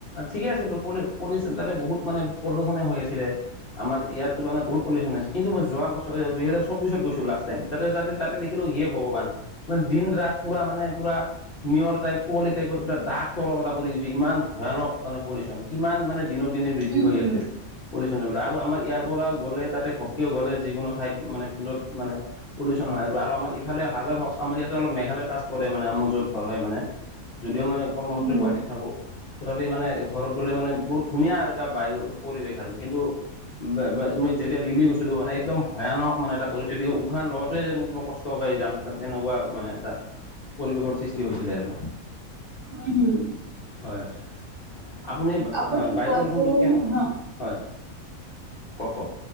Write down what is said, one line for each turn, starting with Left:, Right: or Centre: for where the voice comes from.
Left: ঠিকে আছিলো পলিউচন তাতে বহুত মানে প্ৰদূষণে হৈ আছিলে। আমাৰ ইয়াৰ তুলনাত বহু পলিউচন আ কিন্তু মই যোৱাবছৰ দুহেজাৰ চৌব্বিছ গৈছিলো লাষ্টটাইম তাতে যাতে তাতে দেখিলোঁ। ভগৱান মানে দিন ৰাত পুৰা মানে পুৰা- নিয়ৰ টাইপ কোৱলি টাইপৰ এটা দাঁঠ তৰপ এটা পৰি গৈছে ইমান ভয়ানক মানে পলিউচন কিমান মানে দিনক দিনে বৃদ্ধি
Right: উম
Left: বৃদ্ধি হৈ
Right: উম
Left: আছে।
Right: উম উম
Left: পলিউচন ল'বলৈ আৰু আমাৰ ইয়াৰ পৰাও গ'লে তাতে ঘপকেও গ'লে যিকোনো ঠাইত মানে পূজত মানে পলিউচন হয় আৰু আমাৰ ইফালে হাজাৰ হওক আমাৰ ইয়াতে অলপ মেঘালয়ৰ টাচ পৰে মানে মোৰ য'ত ঘৰ হয় মানে যদিও মই কৰ্মসূত্ৰে
Right: উম হম
Left: গুৱাহাটীত থাকো। তথাপি মানে ঘৰত গ'লে মানে বহুত ধুনীয়া আৰু এটা বায়ু পৰিৱেশ আৰু কিন্তু বা বা মই যেতিয়া দিল্লী গৈছিলো মানে একদম ভয়ানক মানে এটা পৰিস্থিতি উশাহ লওতেও যেন কিবা ক কষ্ট পাই যাম তেনেকুৱা মানে এটা পৰিৱেশৰ সৃষ্টি হৈছিলে আৰু।
Right: উম হুম।
Left: হয় আপুনি
Right: আপুনি
Left: বায়ু
Right: কোৱাটো
Left: প্ৰদূষণটো কোনো হয় কওক কওক।